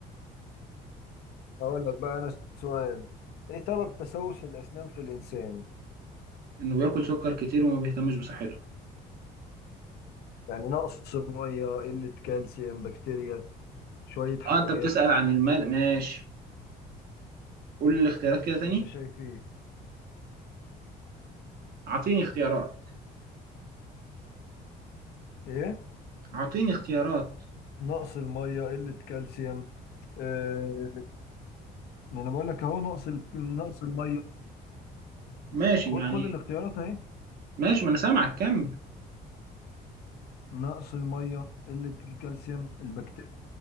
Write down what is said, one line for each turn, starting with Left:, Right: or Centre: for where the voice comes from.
Left: هقول لك بقى انا سؤال ايه سبب تسوس الاسنان في الانسان
Right: إنه بياكل سكر كتير وما بيهتمش بصحته
Left: يعني نقص ميه قله كالسيوم بكتيريا شويه حلويات
Right: اه انت بتسأل عن المال ماشي قول لي الاختيارات كده تاني
Left: انت شايف ايه
Right: اعطيني اختيارات
Left: ايه
Right: اعطيني اختيارات
Left: نقص الميه قله كالسيوم آه، ما انا بقول لك اهو نقص ال... نقص الميه
Right: ماشي
Left: خد
Right: يعني
Left: خد الاختيارات اهي
Right: ماشي ما انا سامعك كمل
Left: نقص الميه قله الكالسيوم البكتيريا